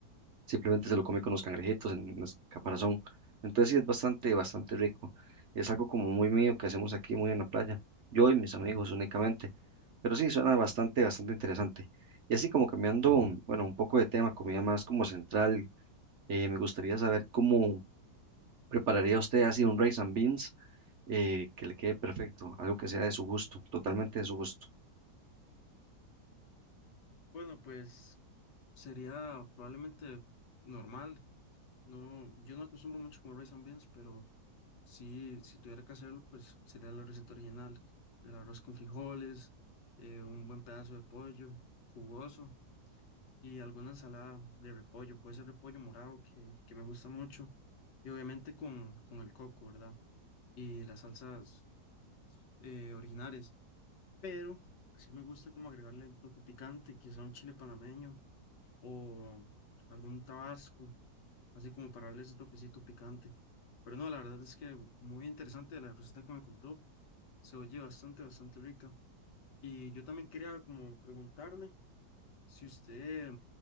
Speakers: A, on the right (about 55°); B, on the left (about 75°).
A: simplemente se lo come con los cangrejitos en el caparazón. Entonces sí es bastante, bastante rico. Es algo como muy mío que hacemos aquí muy en la playa, yo y mis amigos únicamente. Pero sí, suena bastante, bastante interesante. Y así como cambiando, bueno, un poco de tema, comida más como central, eh, me gustaría saber cómo prepararía usted así un rice and beans eh, que le quede perfecto, algo que sea de su gusto, totalmente de su gusto.
B: Bueno, pues sería probablemente normal, no, yo no acostumbro mucho comer rice and beans, pero... Sí, si tuviera que hacerlo, pues sería la receta original. El arroz con frijoles, eh, un buen pedazo de pollo jugoso y alguna ensalada de repollo. Puede ser repollo morado, que, que me gusta mucho. Y obviamente con, con el coco, ¿verdad? Y las salsas eh, originales. Pero sí me gusta como agregarle el toque picante, quizá un chile panameño o algún tabasco, así como para darle ese toquecito picante. Pero no, la verdad es que muy interesante la receta que me contó. Se oye bastante, bastante rica. Y yo también quería como preguntarle si usted